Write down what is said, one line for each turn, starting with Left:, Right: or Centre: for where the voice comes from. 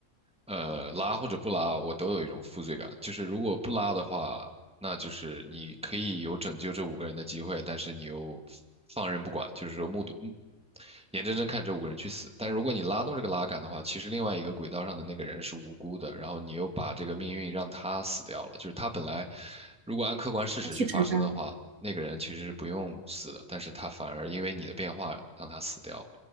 Centre: 呃，拉或者不拉，我都有一种负罪感。就是如果不拉的话，那就是你可以有拯救这五个人的机会，但是你又放任不管，就是说目睹目眼睁睁看着这五个人去死。但是如果你拉动这个拉杆的话，其实另外一个轨道上的那个人是无辜的，然后你又把这个命运让他死掉了。就是他本来如果按客观事实去发生的话，
Right: 要去承担。
Centre: 那个人其实是不用死的，但是他反而因为你的变化让他死掉了。